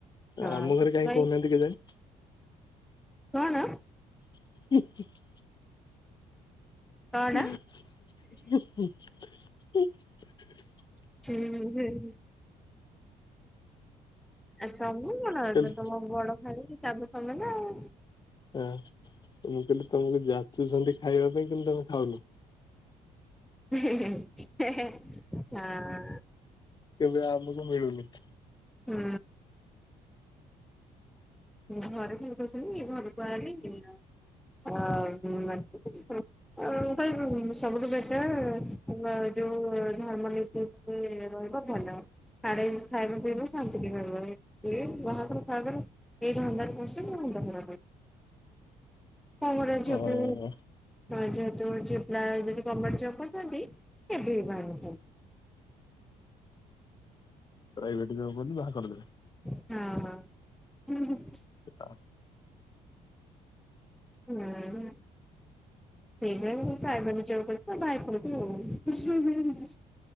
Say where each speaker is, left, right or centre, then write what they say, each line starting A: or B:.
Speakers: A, in the centre; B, on the left.
A: ହଁ
B: ଆମ
A: ସେଥିପାଇଁ
B: ଘରେ କାହିଁ କହୁନାହାନ୍ତି କେଜାନି।
A: କଣ।
B: <unintelligible>
A: କଣ
B: ହ ହଉ ଉ।
A: <unintelligible> ସଦୁ ମୋ ନଣନ୍ଦ
B: କହିଲେ
A: ତ ମୋ ଦଡ ଭାଣିଜୀ ତାପରେ ତମେ ନା ଆଉ।
B: ହଁ ମୁଁ କହିଲି ତମକୁ ଯାଚୁଛନ୍ତି ଖାଇବା ପାଇଁ କିନ୍ତୁ ତମେ ଖାଉନ।
A: ହେ ହେ ହେ ହଁ।
B: କେବେ ଆମକୁ ମିଳୁନି।
A: ହୁଁ ମୁଁ ଘରେ ଫ କରି ଘରକୁୁ ବାହାରିଲି ଆ <inaudible> ଭ ସବୁଠୁ ବେଟର ଯୋଉ ଧମନ ରହିବ ଭଲ ଆରାମ୍ସେ ଖାଇବ ପିଇବ ଶାନ୍ତିରେ ରହିବ ଏ ବାହାଘର ଫାଘର ଏ ଧନ୍ଦାରେ ପଶିବୁ ମୁଣ୍ଡ ଖରାପ ହେଇଯିବ କଣ କରିବ ଝିଅ
B: ହଁ
A: ପୁ ହଁ ଯେହେତୁ ଝିଅ ପିଲା ଯଦି ଗର୍ଣ୍ଣମେଣ୍ଟ ଜବ କରୁଥାନ୍ତି କେବେ ବି ବାହା ହେଇନଥାନ୍ତି।
B: ପ୍ରାଇଭେଟ୍ ଯବ ବୋଲି ବାହା କରିଦେବେ।
A: ହଁ ହ ହ
B: ଆ
A: ହୁଁ ସେଇଥିପାଇଁ ପ୍ରାଇଭେଟ୍ ଜବ୍ କରିଛି ତ ବାହା ହେଇପଡ଼ିବି।